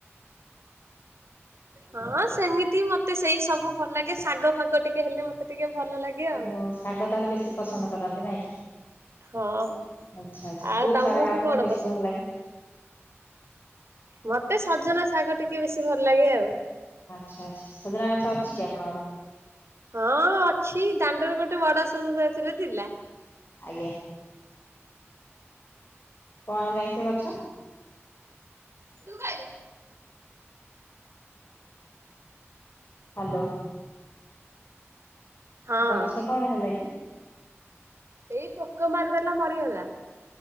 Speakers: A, on the right; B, on the left.
A: ହଁ ସେମିତି ମତେ ସେଇ ସବୁ ଭଲ ଲାଗେ। ଶାଗ ଫାଗ ଟିକେ ହେଲେ ମତେ ଟିକେ ଭଲ ଲାଗେ ଆଉ।
B: ଓହୋ ଶାଗ ତାର ବେଶୀ ପସନ୍ଦ। କରନ୍ତି ନାଇଁ କି।
A: ହଁ ହଁ
B: ଆଚ୍ଛା ଆଚ୍ଛା
A: ଆଉ
B: କୋଉ
A: ତମକୁ
B: ଶାଗ ଟା ଆପଣଙ୍କୁ
A: କଣ
B: ବେଶୀ
A: ପସନ୍ଦ?
B: ଭଲ ଲାଗେ?
A: ମତେ ସଜନା ଶାଗ ଟିକେ ବେଶୀ ଭଲ ଲାଗେ ଆଉ।
B: ଆଚ୍ଛା ଆଚ୍ଛା ସଜନା ଗଛ ଅଛି କି ଆପଣଙ୍କର?
A: ହଁ ଅଛି ଦାଣ୍ଡରେ ଗୋଟେ ବଡ ସଜନା ଗଛ ଟେ ଥିଲା।
B: ଆଜ୍ଞା। କଣ ହେଲା କି ସେ ଗଛ?
A: <inaudible> ତୁ ଖାଇଦେ।
B: ହ୍ୟାଲୋ।
A: ହଁ।
B: ଗଛ କଣ ହେଲା କି?
A: ଏଇ ପୋକ ମାରିଦେଲା ମରିଗଲା।